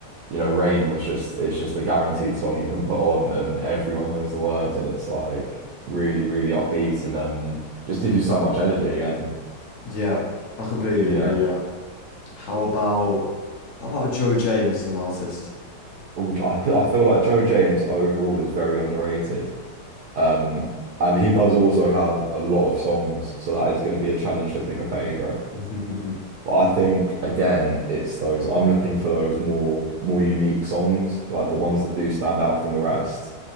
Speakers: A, on the right; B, on the left.
A: you know, Rain was just it's just a guaranteed song you can put on and everyone knows the words and it's like really, really upbeat and um just gives you so much energy again.
B: Yeah, I completely
A: Yeah.
B: agree. Yeah. How about how about Joe James as an artist?
A: Oh, which I feel, I feel like Joe James overall is very underrated. Um, and he does also have a lot of songs, so that is going to be a challenge to pick a favorite.
B: <laughs>
A: But I think again, it's those I'm looking for those more more unique songs, like the ones that do stand out from the rest,